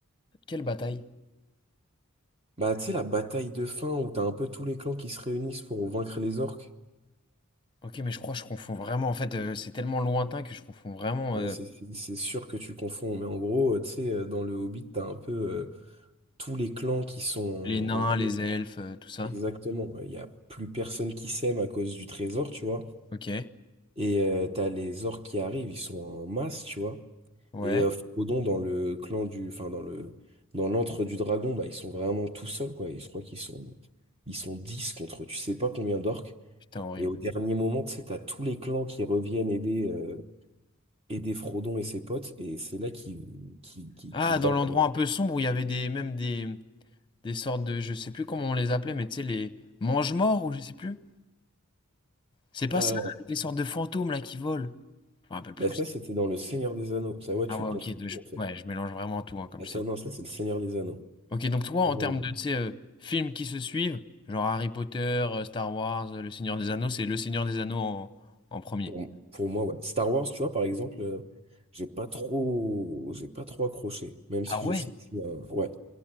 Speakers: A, on the left; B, on the right.
A: Quelle bataille.
B: Bah, tu sais, la bataille de fin où t'as un peu tous les clans qui se réunissent pour vaincre les orques.
A: Ok, mais je crois que je confonds vraiment. En fait, euh, c'est tellement lointain que je confonds vraiment
B: Bah,
A: euh,
B: c'est c'est- c'est sûr que tu confonds. Mais en gros, euh, tu sais, euh, dans Le Hobbit, t'as un peu euh, tous les clans qui sont
A: les nains,
B: en, en guerre.
A: les elfes, euh, tout ça.
B: Exactement. ouais, Il n'y a plus personne qui s'aime à cause du trésor, tu vois.
A: Ok.
B: Et euh, t'as les orques qui arrivent, ils sont en masse, tu vois.
A: Ouais.
B: Et euh, Frodon, dans le clan du... Enfin, dans le... Dans l'antre du dragon, bah, ils sont vraiment tout seuls, quoi. Et je crois qu'ils sont... Ils sont 10 contre tu sais pas combien d'orques.
A: Putain, horrible.
B: Et au dernier moment, tu sais, t'as tous les clans qui reviennent aider, euh, aider Frodon et ses potes. Et c'est là qu'ils qui, qui,
A: Ah,
B: qui battent...
A: dans l'endroit
B: euh,
A: un peu sombre où il y avait des, même des, des sortes de, je sais plus comment on les appelait, mais tu sais, les mange-morts ou je sais plus. C'est pas
B: euh,
A: ça, avec les sortes de fantômes là qui volent. Je me rappelle plus.
B: bah ça, c'était dans Le Seigneur des Anneaux. Ça, ouais, tu
A: Ah ouais,
B: confonds
A: ok, de-
B: tout,
A: je,
B: en fait.
A: ouais, je mélange vraiment tout, hein, comme
B: Ah,
A: je
B: ça,
A: t'ai dit.
B: non, ça, c'est Le Seigneur des Anneaux.
A: Ok, donc toi,
B: Ah,
A: en
B: ouais.
A: termes de, tu sais, euh, films qui se suivent, genre Harry Potter, euh, Star Wars, euh, Le Seigneur des Anneaux, c'est Le Seigneur des Anneaux en, en premier.
B: Pour, pour moi, ouais. Star Wars, tu vois, par exemple, euh, j'ai pas trop, j'ai pas trop accroché, même si
A: Ah ouais?
B: je sais que, euh, ouais,